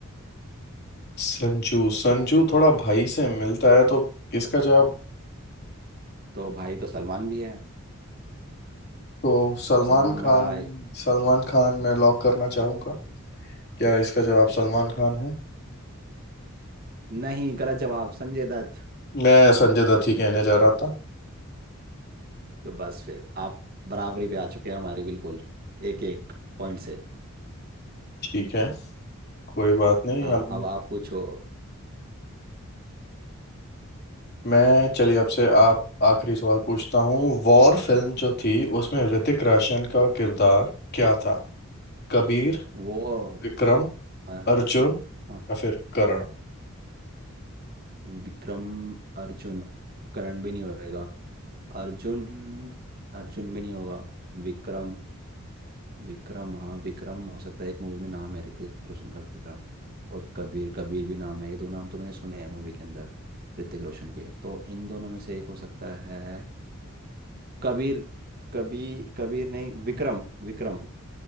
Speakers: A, on the left; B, on the right.
A: संजू संजू थोड़ा भाई से मिलता है तो इसका जवाब
B: तो भाई तो सलमान भी है
A: तो सलमान
B: सलमान
A: खान
B: भाई
A: सलमान खान मैं लॉक करना चाहूंगा क्या इसका जवाब सलमान खान है
B: नहीं गलत जवाब संजय दत्त
A: मैं संजय दत्त ही कहने जा रहा था
B: तो बस फिर आप बराबरी पे आ चुके हैं हमारी बिल्कुल एक एक पॉइंट से
A: ठीक है कोई बात नहीं
B: हाँ
A: हम
B: अब आप पूछो
A: मैं चलिए आपसे आप आखिरी सवाल पूछता हूँ वॉर फिल्म जो थी उसमें ऋतिक रोशन का किरदार क्या था कबीर
B: वो और
A: विक्रम
B: अ,
A: अर्जुन
B: हाँ
A: या फिर करण
B: विक्रम अर्जुन करण भी नहीं होएगा अर्जुन अर्जुन में नहीं होगा विक्रम विक्रम हाँ विक्रम हो सकता है एक मूवी में नाम है ऋतिक रोशन का विक्रम और कबीर कबीर भी नाम है ये दो नाम तो मैंने सुने हैं मूवी के अंदर ऋतिक रोशन के तो इन दोनों में से एक हो सकता है कबीर कबीर कबीर नहीं विक्रम विक्रम